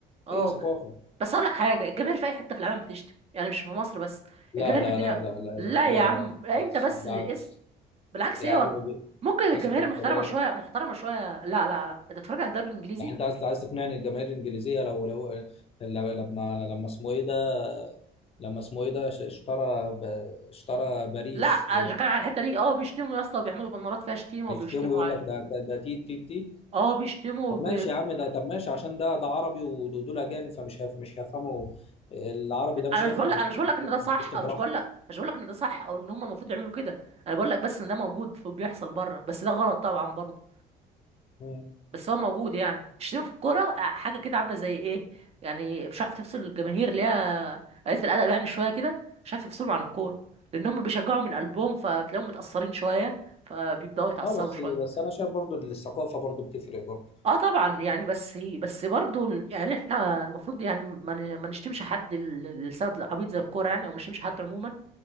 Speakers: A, on the right; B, on the left.
A: اه
B: هي ثقافه
A: ب... بس اقول لك حاجه الجماهير في اي حته في العالم بتشتم يعني مش في مصر بس
B: لا
A: الجماهير
B: لا
A: في الدنيا
B: لا لا لا
A: لا
B: لا لا
A: يا عم
B: لا بالعكس
A: انت بس
B: بالعكس
A: بالعكس
B: يا
A: ايه
B: عم
A: والله
B: ب-
A: ممكن الجماهير
B: اسمع الكلام
A: محترمه شويه محترمه شويه لا لا لا انت بتتفرج على الدوري الانجليزي
B: يعني انت عايز عايز تقنعني الجماهير الانجليزيه لو لو لو- لما لما اسمه ايه ده لما اسمه ايه ده ش- اشترى ب... اشترى باريس
A: لا انا مش بتكلم على الحته دي اه بيشتموا يا اسطى وبيعملوا بنارات فيها شتيمه
B: يشتموا
A: وبيشتموا
B: يقول
A: عادي
B: لك ده ده تيت تيت تيت
A: اه بيشتموا
B: طب
A: وبي...
B: ماشي يا عم ده طب ماشي عشان ده ده عربي ودول اجانب فمش هيف... مش هيفهموا العربي ده مش
A: انا مش
B: هيفهم
A: بقول لك انا مش بقول لك ان ده صح
B: بيشتم
A: انا
B: براحته
A: مش بقول لك مش بقول لك ان ده صح او ان هم المفروض يعملوا كده انا بقول لك بس ان ده موجود وبيحصل بره بس ده غلط طبعا برضه
B: مم.
A: بس هو موجود يعني الشتيمة في الكورة آه، حاجة كده عاملة زي ايه يعني مش عارف تفصل الجماهير اللي هي قلة الأدب يعني شوية كده مش عارف تفصلهم عن الكورة لأن هم بيشجعوا من قلبهم فبتلاقيهم متأثرين شوية فبيبدأوا يتعصبوا
B: اه بس
A: شوية
B: بس انا شايف برضو الثقافه برضو بتفرق برضو
A: اه طبعا يعني بس بس برضو يعني احنا المفروض يعني ما ن- ما نشتمش حد ل- لسبب عبيط زي الكورة يعني او مش نشتمش حد عموما